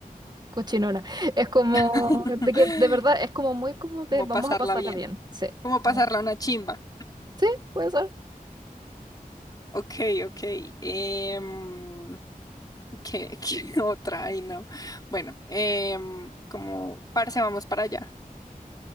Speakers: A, on the right (about 30°); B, on the left (about 25°).
A: cochinona. Es como
B: <laughs>
A: de que de verdad es como muy como de
B: Como
A: vamos
B: pasarla
A: a pasarla
B: bien.
A: bien. Sí.
B: Como
A: Como-
B: pasarla una chimba.
A: Sí, puede ser.
B: Ok, ok. em, ¿qué, qué <laughs> otra? Ay, no. Bueno, em, como parce, vamos para allá.